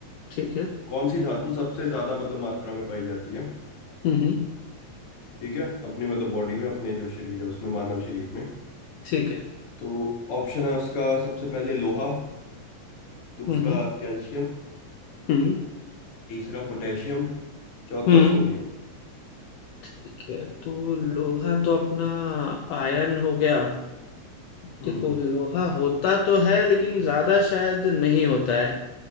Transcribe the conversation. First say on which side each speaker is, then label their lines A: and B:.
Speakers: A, on the left (about 80°); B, on the left (about 55°).
A: ठीक है
B: कौन सी धातु सबसे ज्यादा मतलब मात्रा में पाई जाती है
A: हम्म हम्म,
B: ठीक है अपनी मतलब बॉडी में अपने जो शरीर है उसमें मानव शरीर में
A: ठीक है
B: तो ऑप्शन है उसका सबसे पहले लोहा दूसरा
A: हम्म हम्म
B: कैल्शियम
A: हम्म
B: तीसरा पोटेशियम चौथा
A: हम्म,
B: सोडियम
A: ठीक है तो लोहा तो अपना आयन हो गया
B: हम्म
A: देखो लोहा होता तो है लेकिन ज्यादा शायद नहीं होता है